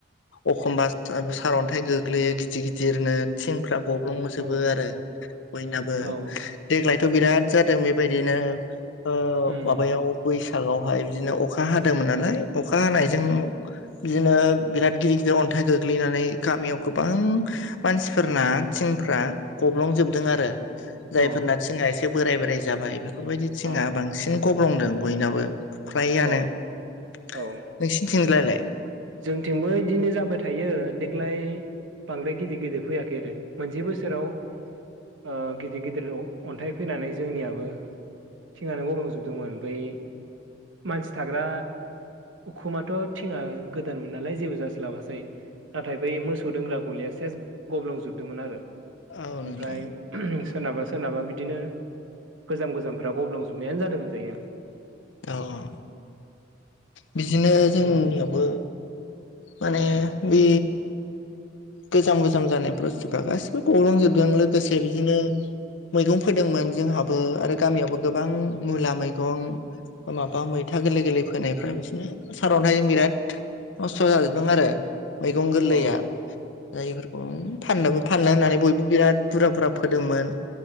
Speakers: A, on the left (about 75°); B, on the right (about 80°).
A: एखमबा सारअन्थाइ गोग्लैयो गिदिर गिदिरनो थिंफ्रा गब्लंओ।
B: औ
A: बो आरो बयनाबो।
B: औ
A: देग्लायथ' बिराद जादों बेबायदिनो ओ
B: उम
A: माबायाव बैसागआवहाय बिदिनो अखा हादोंमोन नालाय अखा हानायजों बिदिनो बिराद गिदिर गिदिर अन्थाइ गोग्लैनानै गामियाव गोबां मानसिफोरना थिंफ्रा गब्लंजोबदों आरो
B: अ
A: जायफोरना
B: औ
A: थिंआ एसे बोराय बोराइ जाबाय बेफोरबायदि थिंआ
B: औ
A: बांसिन गब्लंदों बयनाबो फ्रायानो
B: औ
A: नोंसिनिथिंजायलाय
B: औ जोंथिंबो इदिनो जाबाय थायो। देग्लाय बांद्राय गिदिर गिदिर फैयाखै आरो मोनसे बोसोराव ओ गिदिर गिदिर अन्थाइ फैनानै जोंनियाबो थिंआनो गाबलंजोबदोंमोन ओमफ्राय मानसि थाग्रा उखुमाथ' थिङा गोदान मोन नालाय जेबो जास्लाबासै। नाथाय बै मोसौ दोनग्रा गलिया सेस गब्लंजोबदोंमोन आरो
A: औ नोंथां
B: ओमफ्राय सोरनाबा सोरनाबा बिदिनो गोजाम गोजामफोरा गब्लंजोबनायानो जादों होनजायो।
A: औ औ बिदिनो जोंनियावबो माने बै गोजाम गोजाम जानाय बुस्थुफोरा गासैबो गाब्लंजोबदों लोगोसे बिदिनो मैगं फोदोंमोन जोंहाबो आरो गामियावबो गोबां मुला मैगं माबा मैथा गोरलै गोरलै फोनायफ्रा बिदिनो सारन्थाइजों बिराद नस्थ' जाजोबदों आरो। मैगं गोरलैया।
B: अ
A: दा इफोरखौनो फाननोबो फाननो होननानै बयबो बिराद बुरजा बुरजा फोदोंमोन।